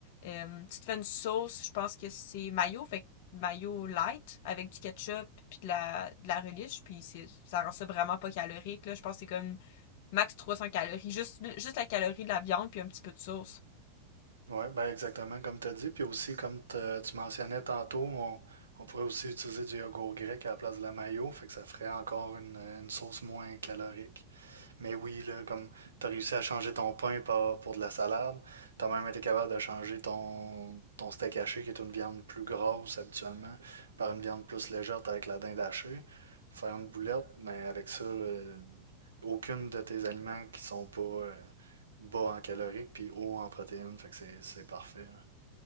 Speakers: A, on the left (about 50°); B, on the right (about 70°).
A: Euh, tu te fais une sauce, je pense que c'est mayo, fait que mayo light avec du ketchup puis de la de la relish, puis c'est ça rend ça vraiment pas calorique là. Je pense que c'est comme max 300 calories, juste juste la calorie de la viande puis un petit peu de sauce.
B: Oui, ben exactement comme tu as dit. Puis aussi, comme te- tu mentionnais tantôt, on, on pourrait aussi utiliser du yogourt grec à la place de la mayo, fait que ça ferait encore une, une sauce moins calorique. Mais oui, là, comme t'as réussi à changer ton pain par- pour de la salade, t'as même été capable de changer ton, ton steak haché, qui est une viande plus grosse habituellement, par une viande plus légère avec la dinde hachée. Faire une boulette, mais avec ça, là, aucune de tes aliments qui sont pas euh, bas en caloriques puis haut en protéines, fait que c'est c'est parfait. là.